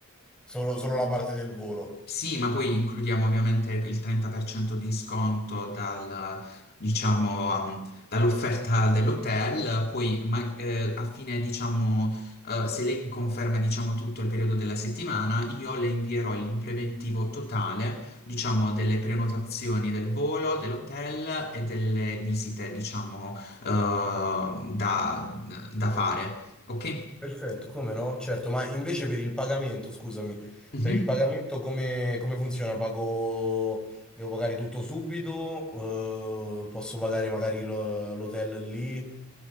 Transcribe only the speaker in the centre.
Solo, solo la parte del volo.
Perfetto, come no? Certo, ma invece per il pagamento, scusami,
per il Mhm. pagamento come, come funziona? Pago, devo pagare tutto subito? Eh, posso pagare magari lo- l'hotel lì?